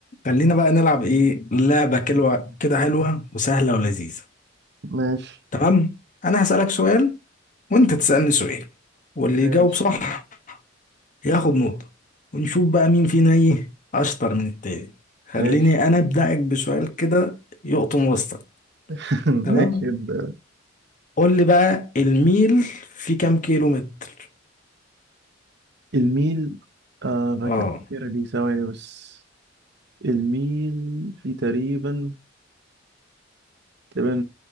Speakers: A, on the left (about 40°); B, on the right (about 60°).
A: خلينا بقى نلعب ايه لعبة كلوة كده حلوة وسهلة ولذيذة
B: ماشي
A: تمام انا هسألك سؤال وانت تسألني سؤال واللي
B: ماشي
A: يجاوب صح ياخد نقطة ونشوف بقى مين فينا ايه اشطر من التاني خليني
B: ماشي
A: انا ابدأك بسؤال كده يقطن وسطك
B: <laughs> ماشي
A: تمام
B: يبدأ
A: قول لي بقى الميل في كام كيلو متر
B: الميل آه فاكر
A: اه
B: الأخيرة دي ثواني بس الميل في تقريبا تقريبا